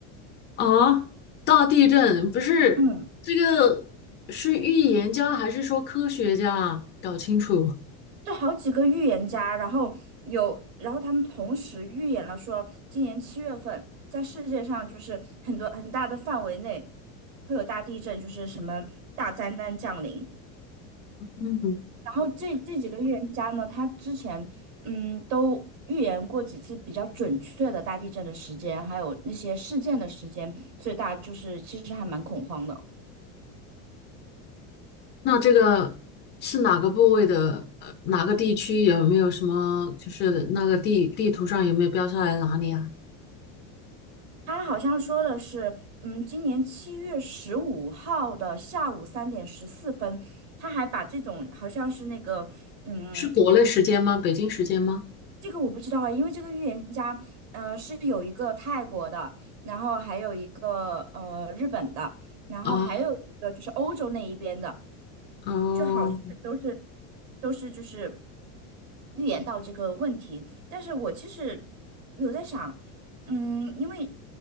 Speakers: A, on the left; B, on the right.
A: 啊，大地震不是这个是预言家还是说科学家啊？
B: 嗯，
A: 搞清楚。
B: 这好几个预言家，然后有，然后他们同时预言了说，今年七月份在世界上就是很多很大的范围内会有大地震，就是什么大灾难降临，
A: 嗯，
B: 然后这这几个预言家呢，他之前嗯都预言过几次比较准确的大地震的时间，还有那些事件的时间，所以大家就是其实还蛮恐慌的。
A: 那这个是哪个部位的？呃，哪个地区有没有什么？就是那个地地图上有没有标下来哪里啊？
B: 他好像说的是，嗯，今年七月十五号的下午三点十四分，他还把这种好像是那个，嗯，
A: 是国内时间吗？北京时间吗？
B: 这个我不知道啊，因为这个预言家，呃，是有一个泰国的，然后还有一个呃日本的，然后还有一个就是欧洲那一边的，
A: 啊，哦，
B: 就好像都是都是就是预言到这个问题。但是我其实有在想，嗯，因为